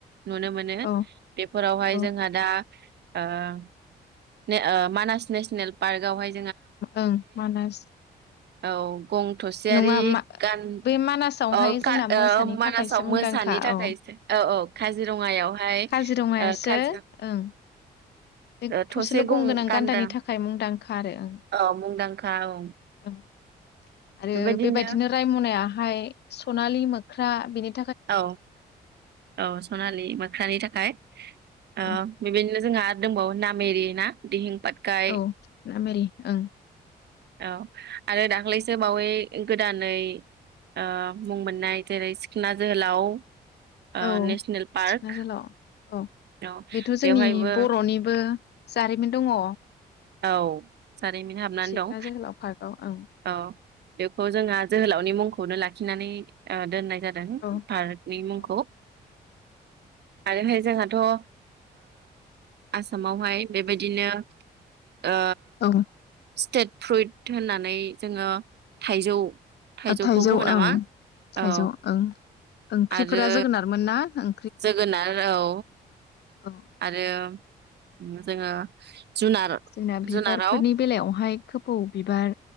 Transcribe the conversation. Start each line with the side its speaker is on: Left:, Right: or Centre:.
Right: नुनो मोनो
Left: औ
Right: बेफोरावहाय
Left: औ
Right: जोंहा दा ओ ने ओ मानास नेसनेल पार्कआव हाय
Left: ओं मानास
Right: औ गं थसेयारि
Left: नङा मा
Right: गान
Left: बे मानासावहाय
Right: ओ
Left: जोंना
Right: का
Left: मोसानि
Right: ओ मानासाव
Left: थाखायसो मुंदांखा
Right: मोसानि थाखायसो
Left: औ
Right: औ औ काजिरंङायावहाय
Left: काजिरङायासो
Right: ओ काजि
Left: ओं
Right: ओ
Left: <unintelligible> थसेल'
Right: थसे
Left: गंगोनां
Right: गं गान्दा
Left: गान्दानि थाखाय मुंदांखा आरो ओं
Right: औ मुंदांखा औ
Left: ओं आरो
Right: बेबायदिनो
Left: बे बायदिनो रायमनाया फ्राय सनालि मोख्रा बिनि
Right: औ औ सनालि मोख्रानि थाखाय ओ
Left: औ
Right: बेबाय जोंहा दंबावो नामेरि ना दिहिं पाटकाय
Left: औ नामेरि ओं
Right: औ आरो दाख्लैसो बावै गोदानै ओ मुं मोननाय जेरै सिखोना जोहोलाव ओ
Left: औ
Right: नेसनेल पार्क
Left: सिखना जोलाव औ
Right: औ
Left: बेथ' जोंनि
Right: बेवहायबो
Left: बर'निबो जारिमिन दङ
Right: औ जारिमिन हाबनानै
Left: सिखना
Right: दं
Left: जोहोलाव पार्कआव ओं
Right: औ बेखौ जोंहा जोहोलावनि मुंखौनो ला खिनानै ओ दोननाय जादों
Left: औ
Right: पार्कनि मुंखौ
Left: औ
Right: आरोहाय जोंहाथ' ओ आसामावहाय बेबायदिनो अ
Left: औ
Right: स्टेट फ्रुइट होननानै जोङो थाइजौ थाइजौखौ
Left: थाइजौ
Right: बुङो नामा?
Left: ओं थाइजौ
Right: औ
Left: ओं ओंख्रिफोरा
Right: आरो
Left: जोगोनारमोन ना ओं
Right: जोगोनार औ
Left: औ
Right: आरो जोङो जुनार
Left: जोंना बिबारफोरनि
Right: जुनाराव
Left: बेलायावहाय खोफौ बिबार